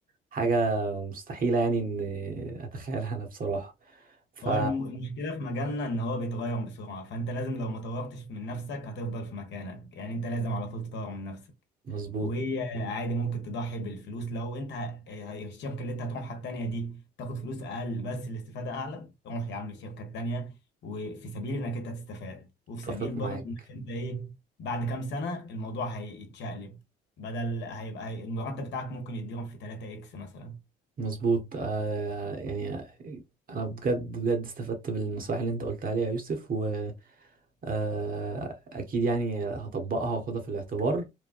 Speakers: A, on the right (about 45°); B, on the left (about 65°).
A: حاجة مستحيلة يعني ان اتخيلها انا بصراحة ف
B: هو الم- المشكله في مجالنا ان هو بيتغير بسرعه فانت لازم لو ما طورتش من نفسك هتفضل في مكانك يعني انت لازم على طول تطور من نفسك
A: مظبوط
B: وهي عادي ممكن تضحي بالفلوس لو انت ه- الشركه اللي انت هتروحها التانيه دي تاخد فلوس اقل بس الاستفاده اعلى روح يا عم الشركه التانيه وفي سبيل انك انت تستفاد وفي سبيل
A: اتفق معاك
B: برضه انك انت ايه بعد كام سنه الموضوع هيتشقلب بدل هيبقى هي- المرتب بتاعك ممكن يتضرب في 3 اكس مثلا
A: مظبوط آه يعني انا بجد بجد استفدت بالنصائح اللي انت قلتها لي يا يوسف و آه اكيد يعني هطبقها واخدها في الاعتبار